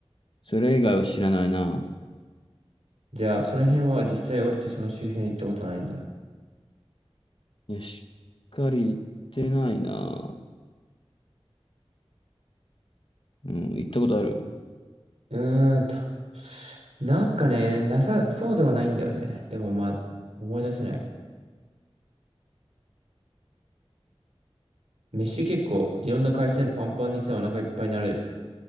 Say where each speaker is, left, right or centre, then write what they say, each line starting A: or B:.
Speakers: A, on the left; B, on the right.
A: それ以外は知らないな。
B: じゃあ、その辺は実際降りてその周辺に行ったことないんだ。
A: いや、しっかり行ってないな。うん、行ったことある。
B: うーんと。なんかね、なさそうではないんだよね。でもまあ、思い出せない。飯結構いろんな海鮮パンパンにさ、お腹いっぱいになる